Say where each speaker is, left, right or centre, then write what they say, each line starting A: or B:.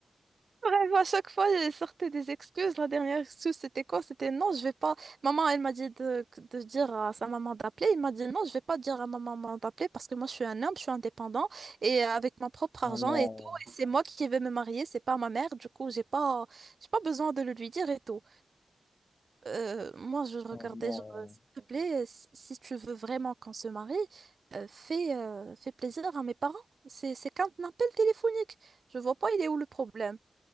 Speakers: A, on the right (about 45°); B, on the left (about 30°).
A: Bref, à chaque fois, elle sortait des excuses. La dernière excuse, c'était quoi? C'était non, je vais pas. Maman, elle m'a dit de, de dire à sa maman d'appeler. Il m'a dit non, je vais pas dire à ma maman d'appeler parce que moi, je suis un homme, je suis indépendant et euh, avec mon propre
B: Ah
A: argent
B: non,
A: et tout. Et c'est moi qui vais me marier, c'est pas ma mère. Du coup, j'ai pas, j'ai pas besoin de le lui dire et tout. Euh, moi, je le regardais,
B: ah non.
A: genre, euh, s'il te plaît, euh, si si tu veux vraiment qu'on se marie, euh, fais, euh, fais plaisir à mes parents. C'est, c'est qu'un appel téléphonique. Je vois pas, il est où le problème.